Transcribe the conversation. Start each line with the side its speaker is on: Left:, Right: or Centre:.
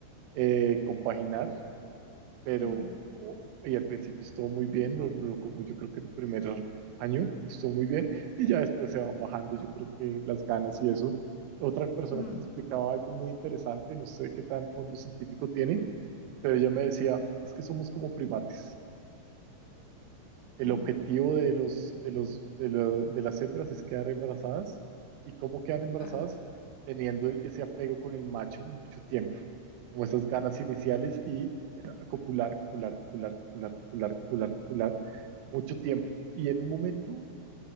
Right: eh, compaginar, pero
Left: ujú,
Right: y al principio estuvo muy bien, lo- lo- como yo creo que el primer año estuvo muy bien, y
Left: sí,
Right: ya después se van bajando, yo creo que las ganas y eso. Otra persona
Left: ujú,
Right: que me explicaba algo muy interesante, no sé qué tan fondo científico tiene, pero ella me decía, es que somos como primates. el
Left: ujú,
Right: objetivo de los, de los, de lo- de las hembras es quedar embarazadas. ¿Y cómo quedan embarazadas?
Left: ajá,
Right: Teniendo el- ese apego con el macho mucho tiempo, como esas ganas iniciales y eh, copular, copular, copular, copular, copular, copular, copular, mucho tiempo. Y en un momento,